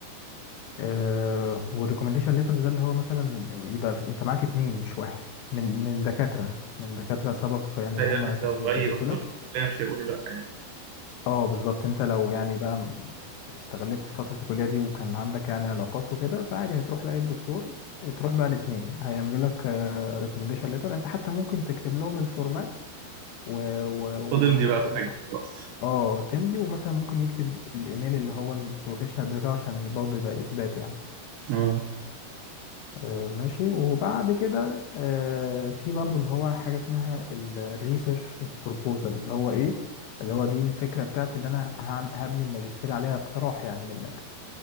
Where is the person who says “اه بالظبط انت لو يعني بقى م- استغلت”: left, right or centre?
Left